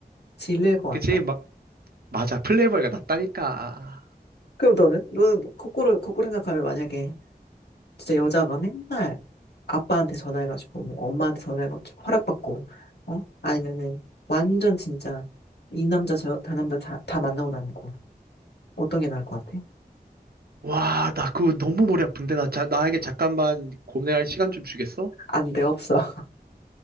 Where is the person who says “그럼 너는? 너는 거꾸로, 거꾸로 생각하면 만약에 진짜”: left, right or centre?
Left